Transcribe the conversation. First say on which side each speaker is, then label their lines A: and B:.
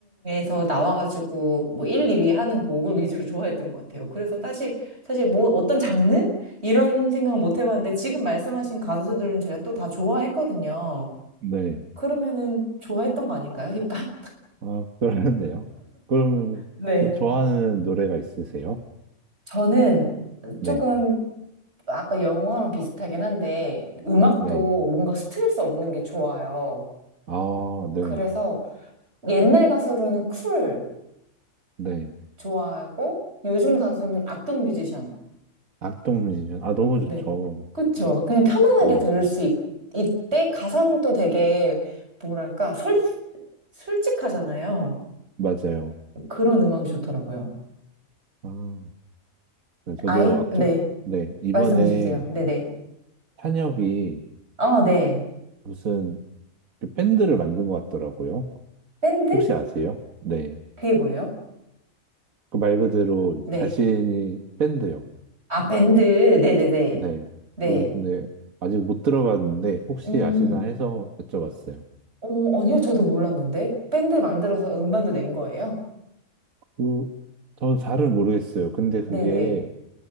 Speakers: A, on the right; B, on the right.
A: 대중에서 나와가지고 뭐 1, 2위 하는 곡을 위주로 좋아했던 것 같아요. 그래서 사실 사실 뭐 어떤 장르 이런 생각은 못 해봤는데 지금 말씀하신 가수들은 제가 또 다 좋아했거든요.
B: 네.
A: 그러면은 좋아했던 거 아닐까요? 힙합?
B: 아, <laughs> 그러네요. 그러면은
A: <laughs> 네.
B: 또 좋아하는 노래가 있으세요?
A: 저는
B: 네,
A: 조금 아까 영화랑 비슷하긴 한데 음악도
B: 네.
A: 뭔가 스트레스 없는 게 좋아요.
B: 아, 네,
A: 그래서 옛날 가수로는 쿨.
B: 네.
A: 좋아하고 요즘 가수는 악동 뮤지션.
B: 악동 뮤지션. 아, 너무
A: 네.
B: 좋죠.
A: 그쵸.
B: 음,
A: 그냥 편안하게
B: 네,
A: 들을 수 있, 이때 가사는 또 되게 뭐랄까 솔, 솔직하잖아요.
B: 맞아요.
A: 그런 음악이 좋더라고요.
B: 아. 네, 저도
A: 아이,
B: 악전,
A: 네.
B: 네, 이번에
A: 말씀해 주세요. 네네.
B: 탄혁이
A: 어, 네.
B: 무슨 그 밴드를 만든 것 같더라고요.
A: 밴드?
B: 혹시 아세요? 네.
A: 그게 뭐예요?
B: 그 말 그대로
A: 네.
B: 자신이 밴드요.
A: 아, 밴드. 네네네.
B: 네.
A: 네.
B: 그런데 아직 못 들어봤는데 혹시
A: 음.
B: 아시나 해서 여쭤봤어요.
A: 어, 아니요. 저도 몰랐는데. 밴드 만들어서 음반도 낸 거예요?
B: 그, 는 잘은 모르겠어요. 근데 그게
A: 네네.